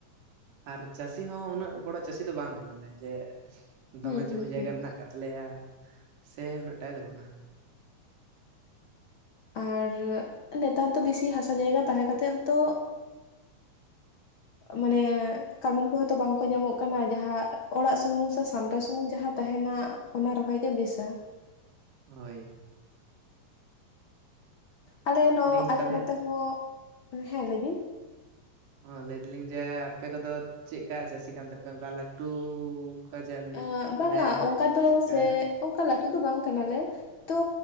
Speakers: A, on the right (about 80°); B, on the left (about 55°).
A: ᱟᱨ ᱪᱟᱹᱥᱤ ᱦᱚᱸ ᱩᱱᱟᱹᱜ ᱵᱚᱲᱚ ᱪᱟᱹᱥᱤ ᱫᱚ ᱵᱟᱝ ᱠᱟᱱᱟᱞᱮ, ᱡᱮ ᱫᱚᱢᱮ
B: ᱦᱩᱸ
A: ᱡᱩᱢᱤ
B: ᱦᱩᱸ
A: ᱡᱟᱭᱜᱟ
B: ᱦᱩᱸ
A: ᱢᱮᱱᱟᱜ ᱠᱟᱜ ᱛᱟᱞᱮᱭᱟ, ᱥᱮ ᱩᱱᱟᱹᱜ ᱴᱟᱭ ᱫᱚ ᱵᱟᱝᱼᱟ᱾
B: ᱟᱨ ᱱᱮᱛᱟᱨ ᱫᱚ ᱵᱮᱥᱤ ᱦᱟᱥᱟ ᱡᱟᱭᱜᱟ ᱛᱟᱦᱮᱸ ᱠᱟᱛᱮ ᱦᱚᱸ ᱛᱚ ᱢᱟᱱᱮ ᱠᱟᱹᱢᱤᱱ ᱠᱚᱦᱚᱸ ᱛᱚ ᱵᱟᱝ ᱠᱚ ᱧᱟᱢᱚᱜ ᱠᱟᱱᱟ, ᱡᱟᱦᱟᱸ ᱚᱲᱟᱜ ᱥᱩᱢᱩᱝ ᱥᱮ ᱥᱟᱢᱴᱟᱣ ᱥᱩᱢᱩᱝ ᱡᱟᱦᱟᱸ ᱛᱟᱦᱮᱱᱟ᱾ ᱚᱱᱟ ᱨᱚᱠᱚᱭ ᱜᱮ ᱵᱮᱥᱟ᱾
A: ᱦᱳᱭ᱾
B: ᱟᱞᱮ ᱱᱚᱜ
A: ᱟᱹᱞᱤᱧ
B: ᱟᱞᱮ
A: ᱛᱟᱦᱚᱞᱮ
B: ᱱᱚᱛᱮ ᱦᱚᱸ ᱦᱮᱸ ᱞᱟᱹᱭᱵᱤᱱ
A: ᱦᱚᱸ ᱞᱟᱹᱭ ᱫᱟᱞᱤᱧ ᱡᱮ ᱟᱯᱮ ᱠᱚᱫᱚ ᱪᱮᱠ ᱠᱟ ᱪᱟᱹᱥᱤ ᱠᱟᱱ ᱛᱮᱯᱮ ᱚᱱᱠᱟ ᱞᱟᱹᱴᱩ ᱠᱟᱡᱟᱞ
B: ᱟᱸ
A: ᱢᱟᱱᱮ
B: ᱵᱟᱝᱟ ᱚᱱᱠᱟ ᱫᱚ
A: ᱪᱮᱜᱠᱟ?
B: ᱥᱮ ᱚᱱᱠᱟ ᱞᱟᱹᱴᱩ ᱫᱚ ᱵᱟᱝ ᱠᱟᱱᱟᱞᱮ᱾ ᱛᱚ